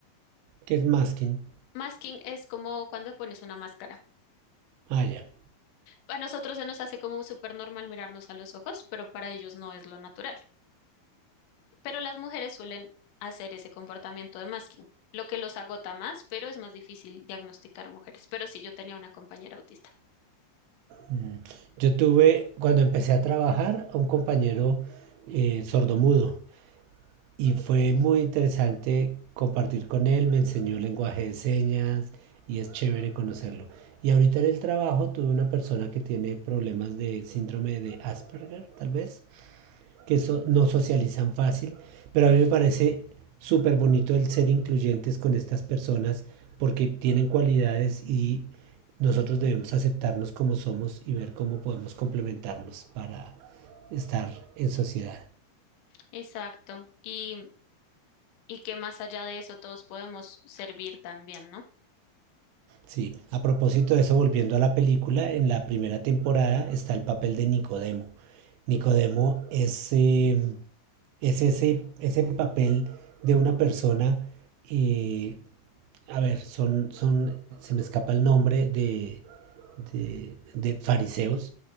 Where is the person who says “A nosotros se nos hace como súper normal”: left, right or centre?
Left